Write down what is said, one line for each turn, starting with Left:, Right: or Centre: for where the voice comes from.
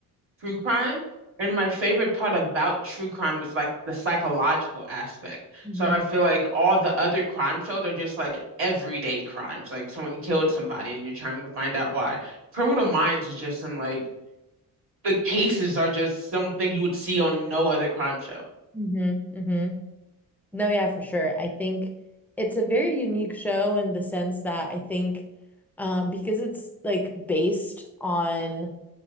Right: true crime, and my favorite part about true crime is like the psychological aspect.
Centre: Mm-hmm.
Right: So I feel like all the other crime shows are just like everyday crimes, like someone killed somebody and you're trying to find out why. Criminal Minds is just some like the cases are just something you would see on no other crime show.
Centre: Mm-hmm. No, yeah, for sure. I think it's a very unique show in the sense that I think um, because it's like based on